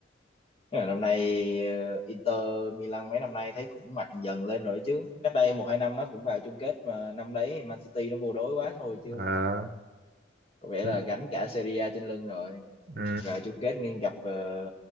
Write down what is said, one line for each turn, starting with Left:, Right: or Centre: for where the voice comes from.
Left: Thế là năm nay ờ, Inter Milan mấy năm nay thấy cũng mạnh dần lên rồi chứ. Cách đây một hai năm nó cũng vào chung kết mà năm đấy Man City nó vô đối quá thôi chứ.
Right: Ờ,
Left: Có vẻ
Right: ừ,
Left: là gánh cả Serie A trên lưng rồi.
Right: ừ.
Left: Vào chung kết nên gặp ờ,